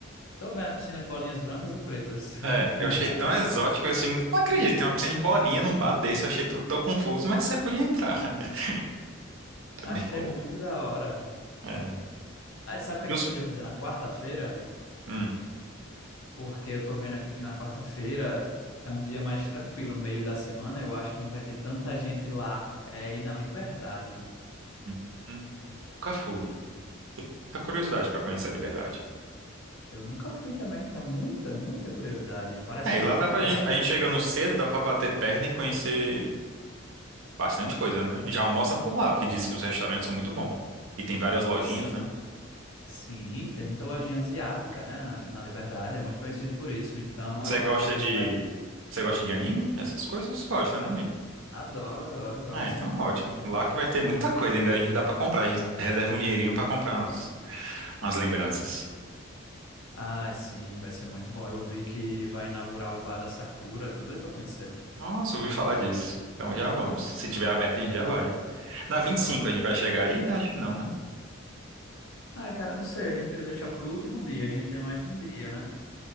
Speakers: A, on the left; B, on the right.
A: Tô vendo a piscina de bolinhas brancas e pretas. <laughs>
B: É, eu achei tão exótico assim, não acredito, tem uma piscina de bolinha num bar desse, eu achei tudo tão confuso, mas você podia entrar. <laughs>
A: Achei
B: É bem com...
A: muito da hora.
B: É.
A: Ah, e sabe o que
B: E
A: a gente
B: os-
A: podia fazer na quarta-feira?
B: Hum,
A: porque eu tô vendo aqui que na quarta-feira é um dia mais tranquilo, meio da semana, eu acho que não vai ter tanta gente lá, é, e na Liberdade.
B: hum, hum, nunca fui. Tá curiosidade pra conhecer a Liberdade.
A: Eu nunca fui também, então muita, muita curiosidade, parece
B: É,
A: ser
B: e lá
A: muito
B: dá pra
A: legal.
B: gente, a gente chegando cedo, dá pra bater perna e conhecer bastante coisa, né? Já almoça por lá, porque dizem que os restaurantes são muito bons. E tem várias lojinhas,
A: S-
B: né?
A: Sim, tem muita lojinha asiática, né, na, na Liberdade, é muito conhecido por isso, então
B: Você
A: eu
B: gosta
A: acho que a gente
B: de,
A: vai...
B: você gosta de anime? Essas coisas gosta, né, amigo?
A: Adoro, adoro, gosto
B: Ah, então
A: sim.
B: ótimo. Lá que vai ter muita coisa ainda, a gente dá pra comprar, a gente reserva um dinheirinho pra comprar uns. As lembranças.
A: Ah, sim, vai ser muito bom. Eu vi que vai inaugurar o Bar da Sakura, tô doido pra conhecer.
B: Nossa, ouvi falar disso. Então já vamos. Se tiver aberto, a gente já vai. Na vinte
A: Pronto.
B: e cinco a gente vai chegar aí? né? Acho que não, né?
A: Ai, cara, não sei, a gente podia deixar pro último dia, a gente tem mais um dia, né?